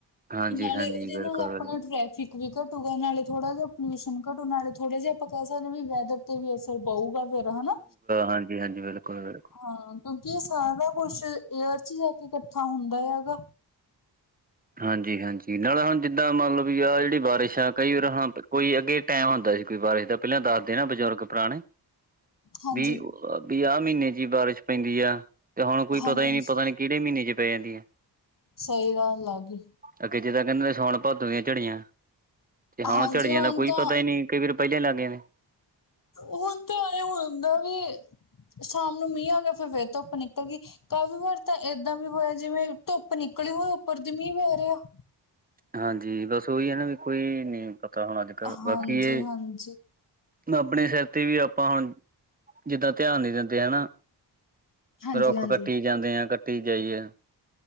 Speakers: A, on the right (about 20°); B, on the left (about 45°).
A: ਹਾਂਜੀ
B: ਨਾਲੇ
A: ਹਾਂਜੀ
B: ਇਹਦੇ
A: ਬਿਲਕੁਲ
B: ਨਾਲ ਆਪਣਾ
A: ਬਿਲਕੁਲ
B: ਟ੍ਰੈਫਿਕ ਵੀ ਘੱਟੂਗਾ ਨਾਲੇ ਥੋੜ੍ਹਾ ਜਿਹਾ ਪੋਲਿਊਸ਼ਨ ਘੱਟੂ ਨਾਲੇ ਥੋੜ੍ਹਾ ਜਿਹਾ ਆਪਾਂ ਕਹਿ ਸਕਦੇ ਹਾ ਵੀ ਵੈਦਰ ਤੇ ਵੀ ਅਸਰ ਪਊਗਾ ਫਿਰ ਹਨਾ।
A: ਹਾਜੀ-ਹਾਜੀ, ਬਿਲਕੁਲ-ਬਿਲਕੁਲ।
B: ਹਾਂ, ਕਿਉਂਕਿ ਇਹ ਸਾਰਾ ਕੁਛ ਏਅਰ ਚ ਹੀ ਜਾ ਕੇ ਇਕੱਠਾ ਹੁੰਦਾ ਹੈਗਾ।
A: ਹਾਂਜੀ-ਹਾਂਜੀ ਨਾਲ ਹੁਣ ਜਿੱਦਾਂ ਮੰਨ ਲਓ ਵੀ ਆਹ ਜਿਹੜੀ ਬਾਰਿਸ਼ ਆ ਕਈ ਵਾਰ ਹਾਂ ਕੋਈ ਅੱਗੇ ਟਾਈਮ ਹੁੰਦਾ ਸੀ। ਕੋਈ ਬਾਰਿਸ਼ ਦਾ ਪਹਿਲਾਂ ਦੱਸਦੇ ਨਾ ਬਜ਼ੁਰਗ ਪੁਰਾਣੇ
B: ਹਾਂਜੀ
A: ਵੀ-ਵੀ ਆਹ ਮਹੀਨੇ ਵਿਚ ਬਾਰਿਸ਼ ਪੈਂਦੀ ਆ। ਤੇ ਹੁਣ ਕੋਈ
B: ਹਾਂਜੀ
A: ਪਤਾ ਹੀ ਨੀ
B: ਹਾਂਜੀ
A: ਪਤਾ ਨੀ ਕਿਹੜੇ ਮਹੀਨੇ ਚ ਪੈ ਜਾਂਦੀ ਐ।
B: ਸਹੀ ਗੱਲ ਐਗੀ।
A: ਅੱਗੇ ਜਿਦਾਂ ਕਹਿੰਦੇ ਸੌਣ, ਭਾਦੋ ਦੀਆਂ ਝੜੀਆਂ ਤੇ ਹੁਣ
B: ਹਾਂਜੀ
A: ਝੜੀਆਂ
B: ਹੁਣ
A: ਦਾ ਕੋਈ
B: ਤਾਂ
A: ਪਤਾ ਹੀ ਨੀ। ਕਈ ਵੇਰ ਪਹਿਲਾਂ ਹੀ ਲੱਗ ਜਾਦੀਆ।
B: ਹੁਣ ਤਾਂ ਆਲੇ ਹੁੰਦਾ ਵੀ ਸ਼ਾਮ ਨੂੰ ਮੀਂਹ ਆ ਗਿਆ, ਫਿਰ-ਫਿਰ ਧੁੱਪ ਨਿਕਲ ਗਈ, ਕਾਫ਼ੀ ਵਾਰ ਤਾਂ ਏਦਾਂ ਵੀ ਹੋਇਆ, ਜਿਵੇਂ ਧੁੱਪ ਨਿਕਲੀ ਹੋ, ਉੱਪਰ ਦੀ ਮੀਂਹ ਪੈ ਰਿਹਾ।
A: ਹਾਂਜੀ, ਬਸ ਉਹੀ ਹੈ ਨਾ ਵੀ ਕੋਈ ਨੀ ਪਤਾ ਹੁਣ ਅੱਜ ਕੱਲ
B: ਹਾਂਜੀ
A: ਬਾਕੀ ਇਹ
B: ਹਾਂਜੀ
A: ਆਪਣੇ ਸਿਰ ਤੇ ਵੀ ਆਪਾਂ ਹੁਣ ਜਿੱਦਾਂ ਧਿਆਨ ਨੀ ਦਿੰਦੇ ਹਨਾ।
B: ਹਾਂਜੀ
A: ਰੁੱਖ
B: ਹਾਂਜੀ
A: ਕੱਟੀ ਜਾਂਦੇ ਆ ਕੱਟੀ ਜਾਈਏ।